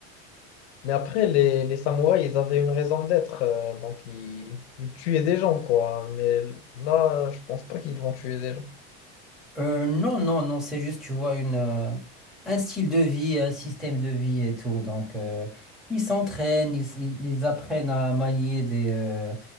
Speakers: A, on the left (about 80°); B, in the centre.
A: Mais après, les, les samouraïs, ils avaient une raison d'être. euh, donc, ils, ils tuaient des gens, quoi. Mais là, euh, je pense pas qu'ils vont tuer des gens.
B: Euh, non, non, non, c'est juste, tu vois, une, euh, un style de vie, un système de vie et tout. Donc, euh, ils s'entraînent, ils, ils- ils apprennent à manier des, euh,